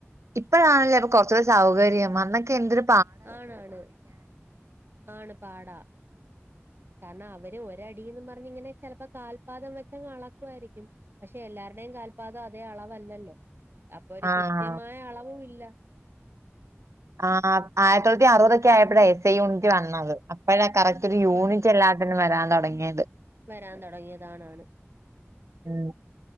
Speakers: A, on the right (about 85°); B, on the right (about 50°).
A: ഇപ്പഴാണല്ലേ അപ്പ കൊർച്ചൂടെ സൗകര്യം അന്നൊക്കെ എന്തരു
B: ആണാണ് ആണ് പാട കാരണഅവര് ഒരടീന്ന് പറഞ്ഞിങ്ങനെ ചെലപ്പ കാൽപാദം വെച്ചങ്ങ്അളക്കുവായിരിക്കും പക്ഷെ എല്ലാരുടെയും കാൽപാദം അതേ അളവല്ലല്ലോ അപ്പൊരു
A: ആഹ്
B: കൃത്യമായ അളവുംഇല്ല
A: ആഹ് ആ ആയിര്ത്തി തൊള്ളത്തി അറുപതൊക്കെ ആയപ്പഴേ എസ്സെയ് യൂണിറ്റ് വന്നത് അപ്പഴ കറക്റ്റ് ഒരു യൂണിറ്റ്
B: ആണാണ്
A: അല്ലാ തന്നെവരാൻ തൊടങ്ങിയത്
B: വരാൻ തൊടങ്ങിയതാണ് ആണ്
A: ഉം